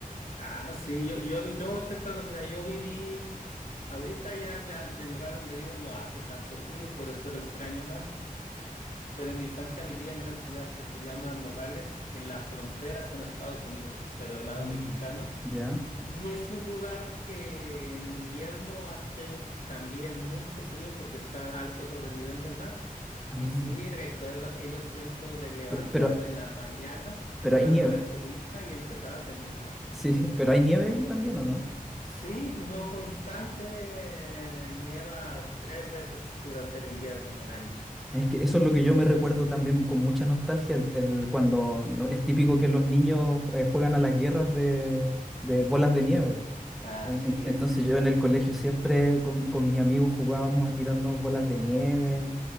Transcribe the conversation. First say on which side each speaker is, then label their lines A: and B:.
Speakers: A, on the left; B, in the centre.
A: Ah, sí, yo, yo, yo recuerdo, mira, yo viví, ahorita ya, ya del lugar donde vivo no hace tanto frío, por eso lo extraño más, pero en mi infancia vivía en una ciudad que se llama Nogales, en la frontera con Estados Unidos, pero del lado
B: Ah,
A: mexicano.
B: ya.
A: Y es un lugar que en invierno hace también mucho frío porque está alto sobre el nivel del mar.
B: ah.
A: Y sí, recuerdo aquellos tiempos de levantarme
B: Pe- Pero,
A: en la mañana, quitarme
B: pero hay nieve,
A: la cobija y empezar a temblar.
B: sí, <laughs> pero hay nieve allí también, ¿o no?
A: Sí, no constante, eh, nieva tres veces durante el invierno en el año.
B: Es que eso es lo que yo me recuerdo también con mucha nostalgia, el, el- cuando no- es típico que los niños eh, juegan a las guerras de, de bolas de nieve.
A: Así
B: En- en- Entonces
A: es.
B: yo en el colegio siempre con, con mis amigos jugábamos a tirarnos bolas de nieve